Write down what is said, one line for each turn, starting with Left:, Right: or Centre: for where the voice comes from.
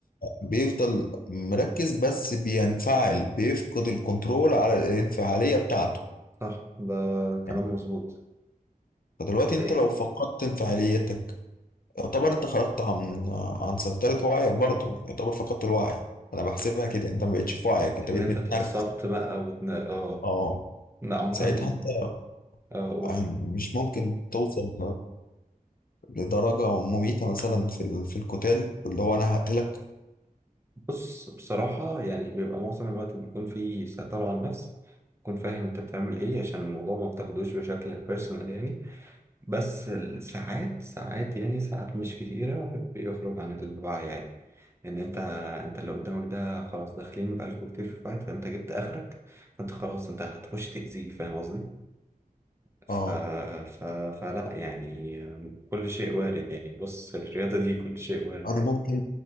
Left: بيفضل مركز بس بينفعل بيفقد الكنترول على الانفعاليه بتاعته
Right: صح ده
Left: يعني
Right: كلام مظبوط
Left: فدلوقتي انت
Right: إيه،
Left: لو فقدت انفعاليتك يعتبر انت خرجت عن عن سيطرة وعيك برضه يعتبر فقدت الوعي انا بحسبها كده انت ما بقتش في وعيك
Right: ان
Left: انت
Right: إن
Left: بقيت
Right: انت
Left: متنرفز
Right: اتعصبت بقى وتن... اه
Left: اه
Right: لا، عامة
Left: ساعتها انت
Right: آه، اقول
Left: يعني مش ممكن توصل لدرجة مميتة مثلا في ال- في القتال اللي هو انا هقتلك
Right: بص بصراحة يعني بيبقى معظم الوقت بيكون فيه سيطرة على النفس تكون فاهم انت بتعمل ايه عشان الموضوع ما بتاخدوش بشكل بيرسونال يعني بس ساعات ساعات يعني ساعات مش كتيرة بيخرج عن الوعي عادي ان انت انت اللي قدامك ده خلاص داخلين بقالكوا كتير في فايت فانت جبت اخرك فانت خلاص انت هتخش تأذيه فاهم قصدي ف...
Left: اه
Right: ف... فلا يعني كل شيء وارد يعني بص الرياضة دي كل شيء وارد
Left: انا ممكن